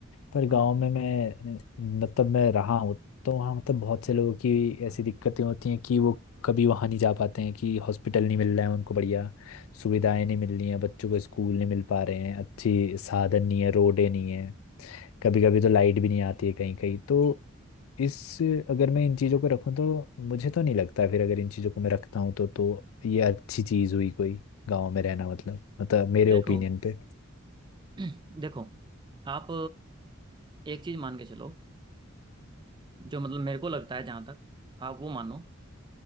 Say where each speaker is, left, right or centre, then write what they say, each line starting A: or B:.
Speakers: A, on the left (about 90°); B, on the right (about 20°).
A: पर
B: हम्म
A: गांव में मैं मतलब मैं रहा हूँ तो वहाँ मतलब बहुत से लोगों की ऐसी दिक्कतें होती हैं कि वो कभी वहाँ नहीं जा पाते हैं कि हॉस्पिटल नहीं मिल रहा है उनको बढ़िया सुविधाएं नहीं मिल रही हैं बच्चों को स्कूल नहीं मिल पा रहे हैं अच्छी साधन नहीं है रोडें नहीं है कभी कभी तो लाइट भी नहीं आती है कहीं कहीं तो इस अगर मैं इन चीज़ों को रखूं तो मुझे तो नहीं लगता फिर अगर इन चीज़ों को मैं रखता हूँ तो तो ये अच्छी चीज़ हुई कोई गांव में रहना मतलब मतलब मेरे
B: देखो
A: ओपिनियन पे
B: <clears throat> देखो आप एक चीज मान के चलो जो मतलब मेरे को लगता है जहां तक आप वो मानो